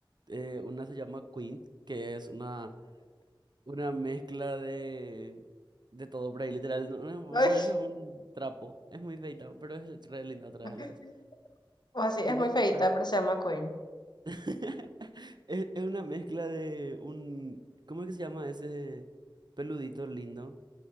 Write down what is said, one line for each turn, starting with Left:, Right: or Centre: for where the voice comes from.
Right: Eh, una se llama Queen, que es una, una mezcla de, de todo por ahí, literal. no- no,
Left: Ay,
Right: me parece un trapo. Es muy feita, pero es re linda otra
Left: <laughs>
Right: vez a la vez.
Left: o así, es
Right: Tipo,
Left: muy feita,
Right: a ver,
Left: pero se llama Queen.
Right: <laughs> es, es una mezcla de un... ¿Cómo es que se llama ese peludito lindo?